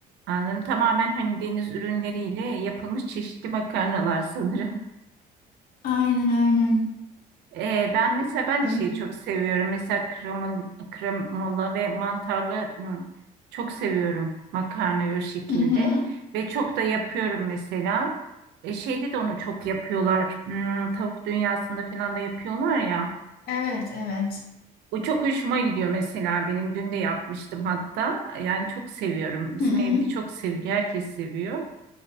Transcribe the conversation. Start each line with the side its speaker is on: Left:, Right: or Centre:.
Right: Anladım. Tamamen hani deniz ürünleriyle yapılmış çeşitli makarnalar sanırım.
Left: Aynen aynen.
Right: Ee, ben mesela ben
Left: Öyle.
Right: de şeyi çok seviyorum. Mesela kremol, kremola ve mantarlı hmm, çok seviyorum makarnayı o şekilde.
Left: Hı hı.
Right: Ve çok da yapıyorum mesela. E, şeyde de onu çok yapıyorlar. Hmm, tavuk dünyasında falan da yapıyorlar ya.
Left: Evet evet.
Right: O çok hoşuma gidiyor mesela benim. Dün de yapmıştım hatta. Yani çok seviyorum. Bizim
Left: Hı hı.
Right: evde çok seviliyor. Herkes seviyor.